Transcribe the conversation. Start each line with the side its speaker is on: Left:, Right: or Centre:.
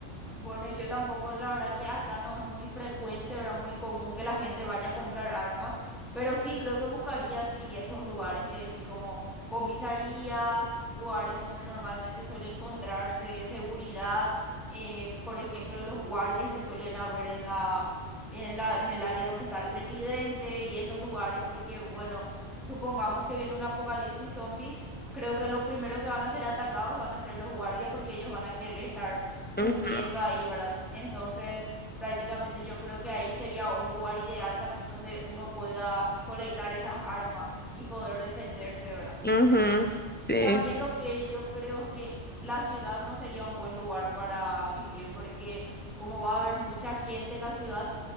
Centre: Bueno, y yo tampoco, la verdad que acá no es muy frecuente, ¿verdad? Muy común que la gente vaya a comprar armas, pero sí creo que buscaría, sí, estos lugares que decís como comisarías, lugares donde normalmente suele encontrarse seguridad, eh, por ejemplo, los guardias que suelen haber en la, en la, en el área donde está el presidente y esos lugares, porque bueno, supongamos que viene un apocalipsis zombies. Creo que lo primero que van a ser atacados van a ser los guardias porque ellos van a querer estar cubriendo
Left: Ujú,
Centre: ahí, ¿verdad? Entonces, prácticamente yo creo que ahí sería un lugar ideal también donde uno pueda colectar esas armas y poder defenderse, ¿verdad?
Left: ujú,
Centre: Y
Left: sí,
Centre: también lo que yo creo es que la ciudad no sería un buen lugar para vivir porque como va a haber mucha gente en la ciudad,